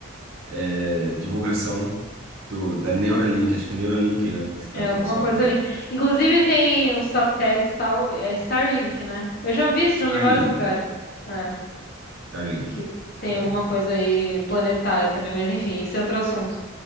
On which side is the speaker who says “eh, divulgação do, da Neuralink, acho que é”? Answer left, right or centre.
Right